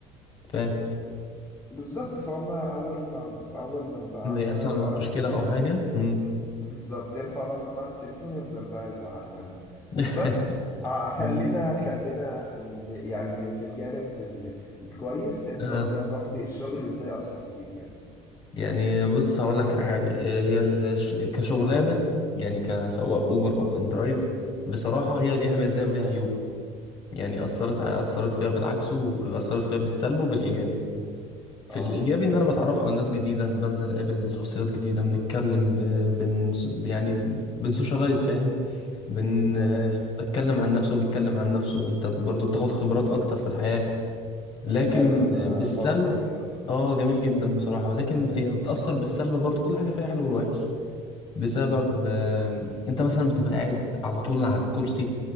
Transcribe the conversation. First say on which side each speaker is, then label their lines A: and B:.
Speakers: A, on the left; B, on the left.
A: فاهم
B: بالظبط فهم أول ما أول ما بقى
A: إن
B: عندنا
A: يحصل معاه مشكله
B: مشكلة
A: او حاجه مم.
B: بالظبط يرفع بقى سماعة التليفون يفضل بقى يزعق لنا
A: <laughs>
B: بس ع- خلينا
A: مم.
B: خلينا في ال... يعني في الجانب ال... الكويس انت
A: آه.
B: قول لي يا صاحبي الشغل ازاي أثر فيك يعني
A: يعني بص هقول لك على حاجة إيه هي الش... كشغلانة يعني كسواق أوبر أو إندرايف بصراحة هي ليها مزايا وليها عيوب يعني أثرت على أثرت فيها بالعكس وأثرت فيها بالسلب وبالإيجاب في
B: اه
A: الإيجابي إن أنا بتعرف على ناس جديدة بنزل أقابل شخصيات جديدة بنتكلم ب... بن... يعني بنسوشيالايز فاهم بن...
B: تمام
A: بتكلم عن نفسه وبيتكلم عن نفسه وأنت برضو بتاخد خبرات أكتر في الحياة لكن
B: حلو ده
A: بالسلب
B: طبعا جميل
A: اه جميل جدا بصراحة لكن هي بتأثر بالسلب برضو كل حاجة فيها حلو والوحش بسبب
B: مم.
A: آه، انت مثلا بتبقى قاعد على طول على الكرسي